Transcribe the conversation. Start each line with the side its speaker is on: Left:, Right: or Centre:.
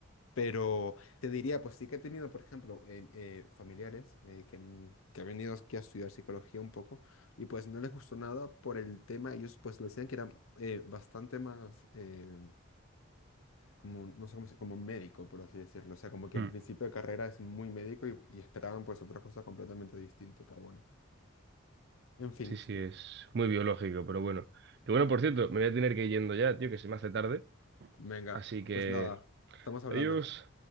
Left: Pero te diría, pues sí que he tenido, por ejemplo, eh, eh, familiares eh, que han, que han venido aquí a estudiar psicología un poco y pues no les gustó nada por el tema. Ellos pues lo decían que era eh, bastante más... em, como, no sé cómo se- como médico, por así decirlo. O sea, como que
Right: Mm.
Left: en principio de carrera es muy médico y, y esperaban pues otra cosa completamente distinta, pero bueno. En fin,
Right: Sí, sí, es muy biológico, pero bueno. Que bueno, por cierto, me voy a tener que ir yendo ya, tío, que se me hace tarde.
Left: venga,
Right: Así que,
Left: pues nada, estamos hablando.
Right: adiós.